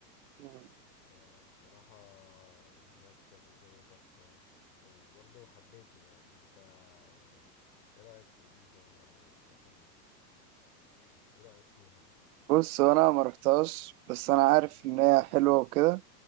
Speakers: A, on the right; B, on the left.
A: مم.
B: فبصراحة هناك الجو تحفة يعني. وبرضو حبيته يعني أنت يعني إيه رأيك في بيزا يعني أو مثلا يعني إيه رأيك فيها؟
A: بص هو انا ما رحتهاش بس انا عارف
B: مم.
A: ان هي حلوه وكده